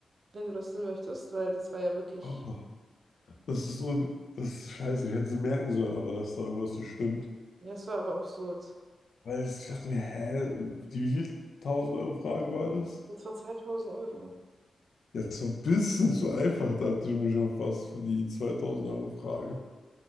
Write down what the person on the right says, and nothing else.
wenn du das denn möchtest, weil das war ja wirklich,
ja, es war aber absurd.
Das war zweitausend Euro.